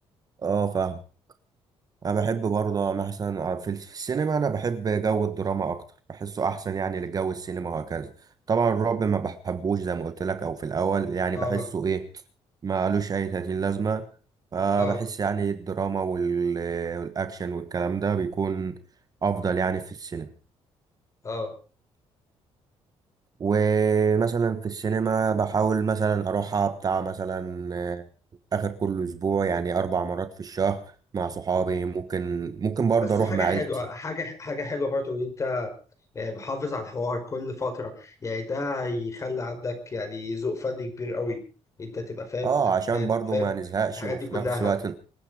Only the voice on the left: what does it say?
اه
اه
اه
بس
حاجة
حلوة
حاجة حاجة حلوة برضو إن أنت يعني محافظ على الحوار كل فترة يعني ده يخلي عندك يعني ذوق فني كبير قوي أنت تبقى فاهم
في الأفلام
فاهم
في الحاجات
دي كلها